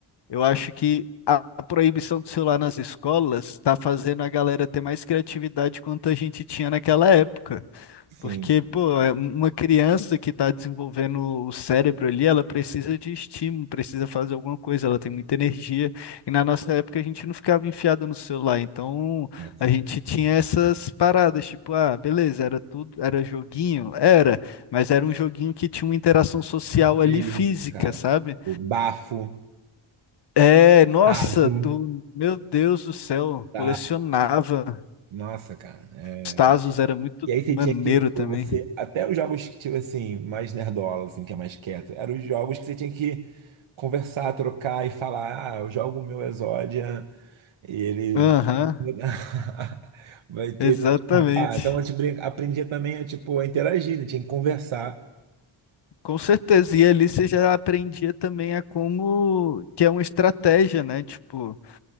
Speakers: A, on the left; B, on the right.
A: eu acho que a, a proibição do celular nas escolas está fazendo a galera ter mais criatividade quanto a gente tinha naquela época.
B: Sim,
A: Porque, pô, é uma criança que está desenvolvendo o cérebro ali, ela precisa de estímulo, precisa fazer alguma coisa, ela tem muita energia. E na nossa época a gente não ficava enfiado no celular, então
B: exato.
A: a gente tinha essas paradas, tipo, ah, beleza, era tudo, era joguinho, era, mas era um joguinho que tinha uma interação social ali
B: É isso,
A: física,
B: cara.
A: sabe?
B: O bafo,
A: É, nossa,
B: tazo,
A: tu, meu Deus do céu,
B: tá?
A: colecionava.
B: Nossa, cara. é
A: Os Tazos era muito
B: E aí você
A: maneiro
B: tinha que, tipo,
A: também.
B: você, até os jogos que, tipo assim, mais nerdola, assim, que é mais quieto, eram os jogos que você tinha que conversar, trocar e falar, ah, eu jogo o meu Exodia e ele...
A: Aham,
B: <laughs> Vai ter...
A: exatamente.
B: Ah, então a gente brinca- aprendia também a, tipo, a interagir, né? Tinha que conversar.
A: Com certeza, e ali você já aprendia também a como que é uma estratégia, né? Tipo,